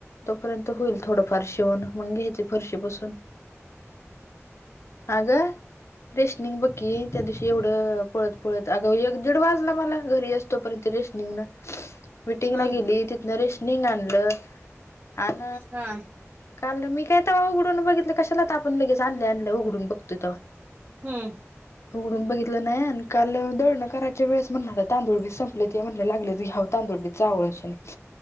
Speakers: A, on the left (about 60°); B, on the right (about 35°).
A: तोपर्यंत होईल थोडं फार शीवूण मग घ्यायचे फरशी पुसून आग रेशनिंग बक्की त्या दिवशी एवढं पळत पळत अग एक दीड वाजला मला घरी येईस तो पर्यंत रेशनिंगन मिटिंगला
B: हम्म
A: गेली तिथन रेशनिंग आणलं आण
B: हा
A: काल मी कायता बा उघडून बघितलं कशाला तापण लगेच त आणल्या आणल्या उघडून बघतोय तवा
B: हम्म
A: उघडून बघितलं नाही आणि काल दळणं कराच्या वेळेस म्हणला आता तांदूळबी संपलेली त म्हणयला लागलेच घ्याव तांदूळबी चाळूनशानी